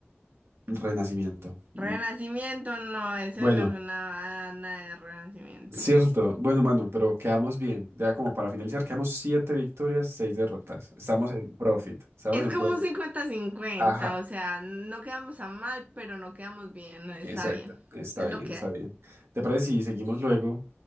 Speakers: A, on the right; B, on the right.
A: Renacimiento. Mm,
B: Renacimiento, no, eso
A: Bueno,
B: no es una nada de renacimiento.
A: cierto. Bueno, mano, pero quedamos bien. Ya como para finalizar, quedamos siete victorias, seis derrotas. Estamos en profit, estamos
B: Es
A: en
B: como
A: profit.
B: un cincuenta-cincuenta,
A: Ajá,
B: o sea, no quedamos a mal, pero no quedamos bien, está
A: exacto.
B: bien,
A: Está
B: es
A: bien,
B: lo que
A: está
B: hay.
A: bien. ¿Te parece si seguimos luego